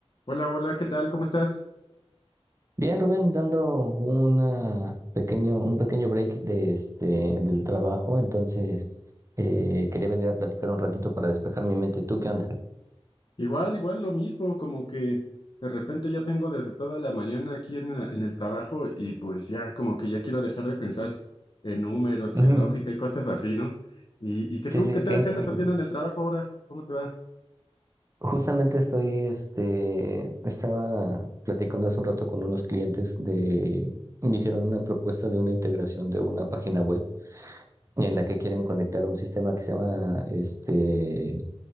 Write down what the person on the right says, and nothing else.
Bien, Rubén, dando una pequeño, un pequeño break de este, del trabajo, entonces eh, quería venir a platicar un ratito para despejar mi mente. ¿Tú qué onda?
Ujú.
Sí, sí,
que-
que-
justamente estoy, este, estaba platicando hace un rato con unos clientes de, me hicieron una propuesta de una integración de una página web en la que quieren conectar un sistema que se llama, este,